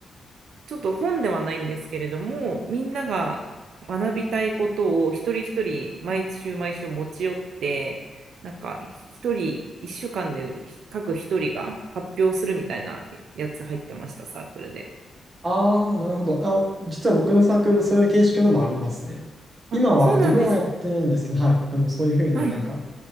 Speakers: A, on the right (about 70°); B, on the right (about 25°).
A: ちょっと本ではないんですけれども、みんなが学びたいことを一人一人、毎週毎週持ち寄って、なんか、一人、一週間で各一人が発表するみたいなやつ入ってました、サークルで。
B: ああ、なるほど。あ、実は僕のサークルもそういう形式のもありますね。
A: あ、
B: 今は自分はやってないんですけど、
A: そうなんですね。
B: はい。あの、そういうふうになんか、
A: はい。